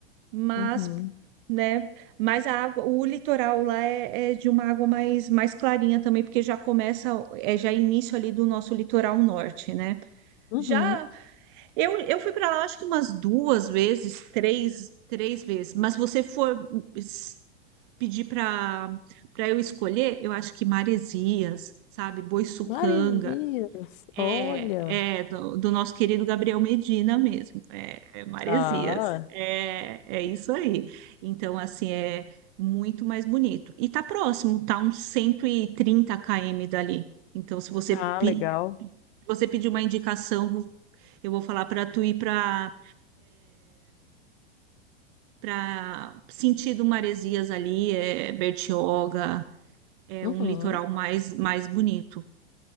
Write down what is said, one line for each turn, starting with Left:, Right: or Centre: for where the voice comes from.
Right: mas,
Left: Uhum.
Right: né, mas a água, o litoral lá é, é de uma água mais, mais clarinha também, porque já começa, é já início ali do nosso litoral norte, né?
Left: Uhum.
Right: Já, eu, eu fui para lá acho que umas duas vezes, três, três vezes, mas você for es- pedir para para eu escolher, eu acho que Maresias, sabe, Boiçucanga,
Left: Maresias, olha.
Right: é, é do, do nosso querido Gabriel Medina mesmo, é, é Maresias,
Left: Ah,
Right: é, é isso aí. Então, assim, é muito mais bonito. E tá próximo, tá uns 130 km dali. Então, se você,
Left: ah,
Right: pe-
Left: legal.
Right: se você pedir uma indicação, eu vou falar para tu ir para para sentido Maresias ali, é Bertioga, é
Left: Uhum.
Right: um litoral mais, mais bonito.